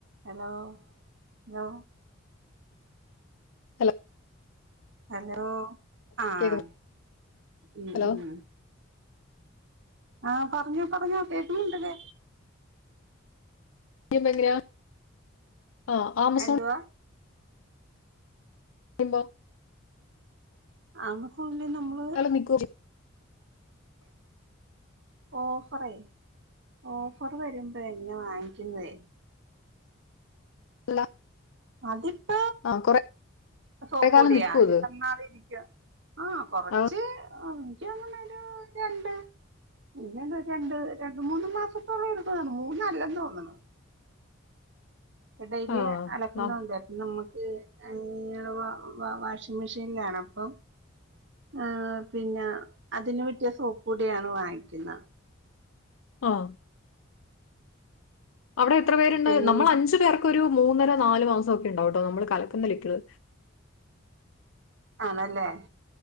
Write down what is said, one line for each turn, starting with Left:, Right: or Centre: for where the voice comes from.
Right: Hello hello
Left: hello
Right: hello ആഹ്
Left: കേക്കുന്നു
Right: ഉം
Left: ഹലോ
Right: ഉം ആഹ് പറഞ്ഞോ പറഞ്ഞോ കേക്കുന്നുണ്ട് വ്വേ
Left: <unintelligible> ആഹ് ആമസോൺ
Right: എന്തുവാ
Left: <unintelligible>
Right: ആമസോണിൽന്ന് നമ്മു
Left: <unintelligible>
Right: ഓഫറെ ഓഫർ വരുമ്പോഴെ എന്ന് വാങ്ങിക്കുന്നതേ.
Left: <unintelligible>
Right: അതിപ്പ
Left: ആ കൊറേ
Right: സോപ്പ് പൊടിയാ
Left: കാലം നിക്കുവോ ഇത്
Right: എത്ര നാള് ഇരിക്കു ആഹ് കൊറച്ച്
Left: ആ <inaudible>
Right: തോന്നണ് ഒരു രണ്ട് ഇങ്ങൻ രണ്ട് രണ്ട് മൂന്ന് മാസത്തോളം എടുത്തണ് മൂന്നല്ല തോന്നണ് ഡെലി
Left: ആ
Right: അലക്കുന്നണ്ട്
Left: ന-
Right: പ്പം നമുക്ക് <unintelligible> വാഷിംഗ് മെഷീനിലാണ് അപ്പം. ആഹ് പിന്ന അതിന് പറ്റിയ സോപ്പ് പൊടിയാണ് വാങ്ങിക്കുന്ന
Left: ആഹ് അവിടെ എത്ര പേരുണ്ട്
Right: ഇപ്പനി
Left: നമ്മൾ അഞ്ചു പേർക്ക് ഒരു മൂന്നര നാല് മാസം ഒക്കെ ഉണ്ടാവും ട്ടോ നമ്മള് കലക്കുന്ന ലിക്കിട്.
Right: ആണല്ലേ